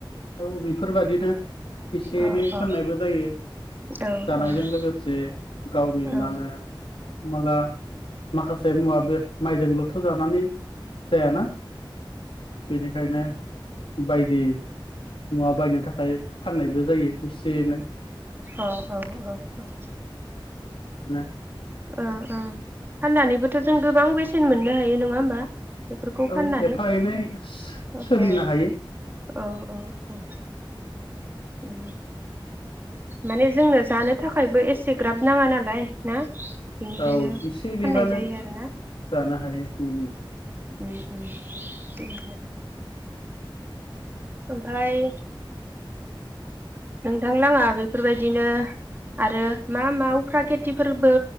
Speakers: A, on the left; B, on the right.
A: औ बेफोरबायदिनो एसे
B: अ
A: एनै
B: अ
A: फाननायबो जायो
B: औ
A: जानायजों
B: औ
A: लोगोसे गावनि
B: अ
A: मा होनो हमना ला माखासे मुवाबो माइजोंल'थ' जानानै जायाना बेनिखायनो बायदि मुवा बायनो थाखाय फाननायबो जायो एसे एनै
B: अ अ अ अ
A: <inaudible>
B: औ औ फाननानैबोथ' जों गोबां बेसेन मोननो हायो नङा होमबा बेफोरखौ
A: औ
B: फाननानै
A: एफा एनै
B: अ
A: सोलिनो
B: अ
A: हायो
B: अ अ अ उम माने जोंनो जानो थाखायबो एसे ग्राब नाङा नालाय ना बेनिखायनो
A: औ एसे एनैबानो
B: फाननाय जायो आरोना
A: जानो हायो उ उ
B: उ उ थिगानो ओमफ्राय नोंथां लाङा बेफोरबायदिनो आरो मा मा उफ्रा खेथिफोरबो